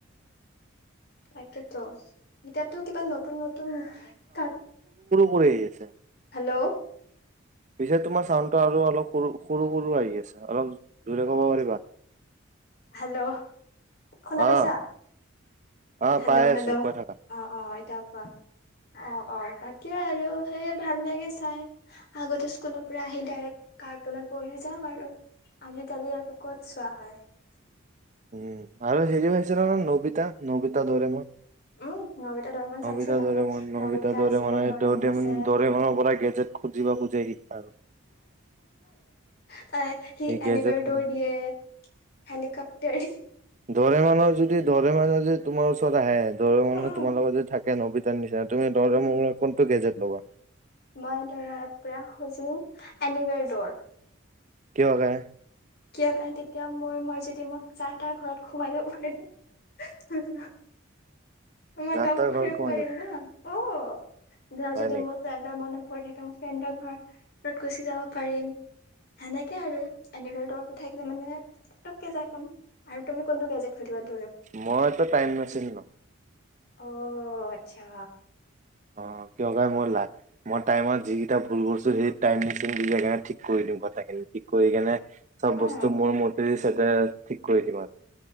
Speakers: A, on the left (about 50°); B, on the right (about 35°).
A: তাক তাকেতো এতিয়াতো কিবা নতুন নতুন ক
B: কৰিছে
A: হেল্ল'
B: পিছে তোমাৰ চাউণ্ডটো আৰু অল সৰু সৰু আহি আছে অলপ জোৰে ক'ব পাৰিবা
A: হেল্ল' শুনা
B: অ',
A: পাইছা
B: অ',
A: হেল্ল'
B: পাই আছো
A: হেল্ল'
B: কৈ থাকা।
A: অ অ এ কোৱা অ অ তাকে আৰু <unintelligible> সেইে ভাল লাগে চাই আগতে স্কুলৰ পৰা আহি ডাইৰেক্ কাৰ্টুনত পঢ়ি যাওক আৰু আজিকালি আৰু ক'ত চোৱা হয় <unintelligible>
B: উম আৰু হেৰিও হৈছিল ন নবিতা নবিতা দৰেমই <unintelligible>
A: উম নবিতা দৰেমন
B: নবিটা
A: চাইছো তাতে
B: দৰে ম
A: নবিতা
B: নবিটা দৰে
A: আছে
B: মানে
A: দৰেমন আছে
B: দৰে মৰ পৰা গেজেট খুজিব খুজ আহ আৰু <unintelligible>
A: ত সি
B: এই গেজেট
A: এনিৱেডৰ
B: খোজে
A: দিয়ে হেলিকপ্টাৰ
B: ধৰে মানুহ যদি দৰে মানুহ যদি তোমাৰ ওচৰত আহে <unintelligible> দৰীমন মানুহ
A: উম উম
B: তোমালগত যদি থাকে নবী <unintelligible> নিশা <unintelligible> তুমি দৰিমনৰ
A: উম
B: কোনটো গেজে <unintelligible> <inaudible>
A: মই দৰত প্ৰয়াস হৈজো এনিৱেৰ দৌৰ
B: কিয় বা
A: কাৰণ তেতিয়া মোৰ মৰজি দি মোক যাৰ তাৰ ঘৰত সোমাই দিব পাৰিম হোম হোম মই
B: যাৰ
A: ত
B: তাৰ
A: ঘূৰিব
B: ঘৰত সোমাই
A: পাৰিম
B: যাবা
A: ন অ অ যাওঁ
B: হয়
A: যদি
B: নেকি
A: মোৰ ফ্ৰেণ্ডৰ মনত নম্বৰ থাকে মই ফ্ৰেনডৰ ঘৰ ঘৰত গুচি যাব পাৰিম সেনেকে আৰু এনিবাৰ টো থাকিলে মানে তোক কে যাই পাম আৰু তুমি কোনটো গেজেট খুজিবা
B: মইটো টাইম মেচিন লম
A: অ আচ্ছা
B: অ কিয় কাৰণে মই লা মই টাইমত যিকেইটা ভুল কৰিছোঁ সেই টাইম মেচিন দি ধুনীয়াকে ঠিক কৰি দিম কথাখিনি। ঠিক কৰি কিনে চব
A: উম
B: বস্তু মোৰ মতে ঠিক কৰি দিম আৰু